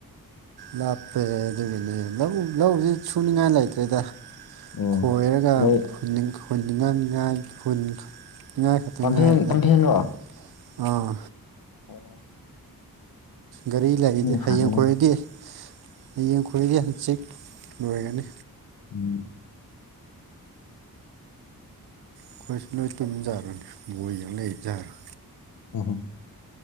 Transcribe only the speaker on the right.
ꯂꯥꯞꯄꯦ ꯑꯗꯨꯒꯤꯅꯤ ꯂꯧ ꯂꯧꯁꯤ ꯁꯨꯅꯤꯡꯉꯥꯏ ꯂꯩꯇ꯭ꯔꯦꯗ
ꯈꯣꯏꯔꯒ
ꯍꯨꯅꯤꯉꯤꯡ ꯍꯨꯅꯤꯡꯉꯝꯅꯤꯉꯥꯏ ꯈꯨꯟ ꯉꯥꯏ ꯈꯛꯇ
ꯉꯥꯏ <unintelligible>
ꯑꯥ
ꯒꯥꯔꯤ ꯂꯩꯔꯤꯗꯤ ꯍꯌꯦꯡ
ꯈꯣꯏꯔꯗꯤ ꯍꯌꯦꯡ ꯈꯣꯏꯔꯗꯤ ꯍꯪꯆꯤꯛ ꯂꯣꯏꯒꯅꯤ
ꯑꯩꯈꯣꯏꯁꯨ ꯂꯣꯏ ꯇꯨꯝꯖꯥꯔꯅꯤ ꯕꯣꯏ ꯌꯥ ꯂꯩꯖꯔꯣꯏ